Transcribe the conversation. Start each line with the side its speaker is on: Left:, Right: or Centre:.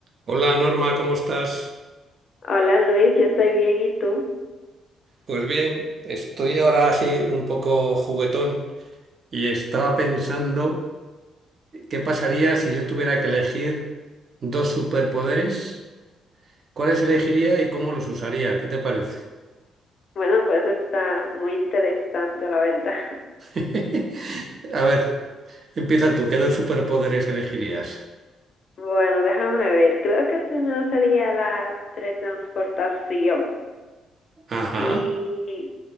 Right: Hola Norma, ¿cómo estás?
Left: Hola Luis, yo estoy bien y tú.
Right: Pues bien, estoy ahora así un poco juguetón y estaba pensando qué pasaría si yo tuviera que elegir dos superpoderes, cuáles elegiría y cómo los usaría, ¿qué te parece?
Left: Bueno, pues está muy interesante la verdad. <laughs>
Right: <laughs> A ver, empieza tú, ¿qué dos superpoderes elegirías?
Left: Bueno, déjame ver. Creo que el primero sería la teletransportación.
Right: Ajá,
Left: Y